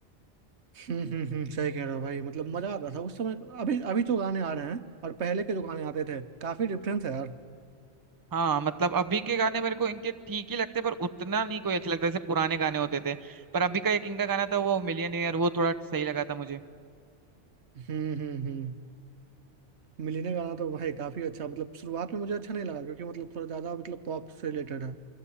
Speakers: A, on the right; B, on the right.
A: हम्म हम्म हम्म सही कह रहे हो भाई मतलब मजा आता था उस समय अभी अभी जो गाने आ रहे हैं और पहले के जो गाने आते थे काफी डिफरेंस है यार
B: हाँ मतलब अभी के गाने मेरे को इनके ठीक ही लगते पर उतना नहीं कोई अच्छे लगता जैसे पुराने गाने होते थे पर अभी का एक इनका गाना था वो मिलियनेयर वो थोड़ा सही लगा था मुझे
A: हम्म हम्म हम्म मिलने गाना तो भाई काफी अच्छा मतलब शुरुआत में मुझे अच्छा नहीं लगा क्योंकि मतलब थोड़ा ज्यादा मतलब पॉप से रिलेटेड है